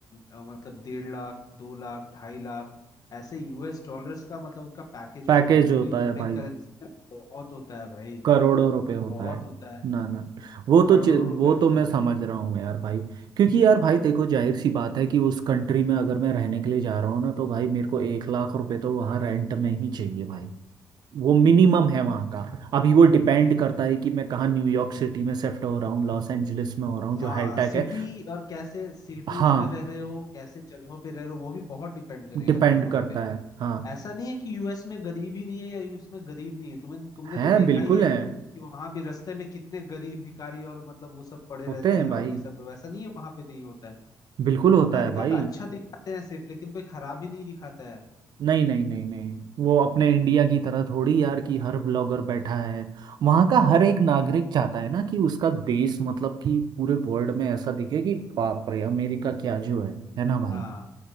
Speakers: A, on the left; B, on the right.
A: अ, मतलब डेढ़ लाख दो लाख ढाई लाख ऐसे यूएस डॉलर्स का मतलब उनका पैकेज
B: पैकेज
A: होता है जो
B: होता
A: कि इंडियन
B: है भाई
A: करेंसी में बहुत होता है भाई
B: करोड़ों रुपए होता
A: बहुत
B: है
A: होता है
B: ना ना वो तो
A: करोड़ों
B: चि-
A: रुपए
B: वो
A: होता
B: तो मैं
A: है
B: समझ
A: भाई
B: रहा हूँ यार भाई क्योंकि यार भाई देखो जाहिर सी बात है कि उस कंट्री में अगर मैं रहने के लिए जा रहा हूँ ना तो भाई मेरे को एक लाख रुपए तो वहाँ रेंट में ही चाहिए भाई वो मिनिमम है वहाँ का अभी वो डिपेंड करता है कि मैं कहाँ न्यूयॉर्क सिटी में शिफ्ट हो रहा हूँ लॉस एंजलिस में हो रहा हूँ जो
A: हाँ
B: हाईटेक
A: सिटी
B: है
A: और कैसे सिटीज
B: हाँ
A: में रह रहे हो कैसे जगहों पे रह रहे हो वो भी बहुत डिपेंड करेगा
B: डिपेंड
A: भाई वहां
B: करता
A: पे
B: है हाँ
A: ऐसा नहीं है कि यूएस में गरीबी नहीं है या यूएस में गरीब नहीं है तुम्हें तुमने
B: है
A: तो देखा
B: बिल्कुल
A: ही है
B: है
A: कि वहां भी रास्ते में कितने गरीब भिखारी और मतलब वो सब पड़े
B: होते
A: रहते
B: हैं
A: हैं
B: भाई
A: और ये सब वैसा नहीं है वहां पे नहीं होता है
B: बिल्कुल होता
A: अमेरिका
B: है भाई
A: का अच्छा दिखाते हैं सिर्फ लेकिन कोई खराब ही नहीं दिखाता है
B: नहीं नहीं नहीं नहीं वो अपने इंडिया की तरह थोड़ी यार कि हर ब्लॉगर बैठा है वहाँ का हर एक नागरिक चाहता है ना कि उसका देश मतलब कि पूरे वर्ल्ड में ऐसा दिखे कि बाप रे अमेरिका क्या जो है है ना भाई
A: हाँ